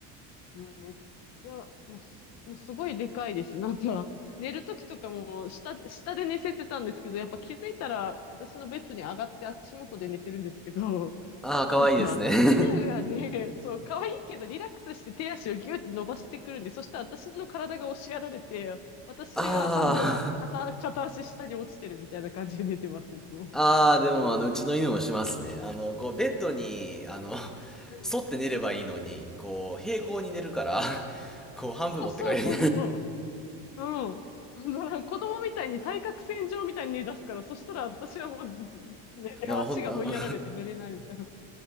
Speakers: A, on the left; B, in the centre.
A: うん、めっちゃ、もうす、もうすごいでかいです。<laughs> なんか、寝るときとかも下、下で寝せてたんですけど、やっぱ気づいたら私のベッドに上がって足元で寝てるんですけど、
B: ああ、
A: <laughs>
B: 可愛いいですね。
A: なんか、犬がね、そう、可愛いけどリラックスして手足をギューって伸ばしてくるんで、そしたら私の体が押しやられて、私が半分は片、
B: <laughs> あ
A: 片足下に落ちてるみたいな感じで寝てます、いつも。
B: あ、ああ、でもあの、うちの犬もしますね。あの、こう、ベッドに、あの、
A: うん
B: 沿って寝ればいいのに、こう、平行に寝るから、こう、半分持ってかれる。
A: そうそうそうそう
B: <laughs> い
A: そう。うん。<laughs> だから子供みたいに対角線上みたいに寝出すから、そしたら私はもう、ね、
B: や、
A: 足が追いやられて寝れないみたいな。
B: ほん、あの、